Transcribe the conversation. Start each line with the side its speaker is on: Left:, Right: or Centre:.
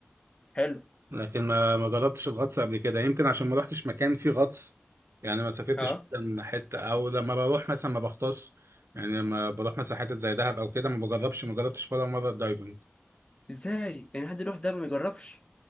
Left: حلو
Right: لكن ما ما جربتش الغطس قبل كده يمكن عشان ما رحتش مكان فيه غطس يعني ما سافرتش
Left: اه
Right: مثلا حته او لما بروح مثلا ما بغطس يعني لما بروح مثلا حتت زي دهب او كده ما بجربش ما جربتش ولا مره الدايفنج
Left: ازاي يعني حد يروح ده ما يجربش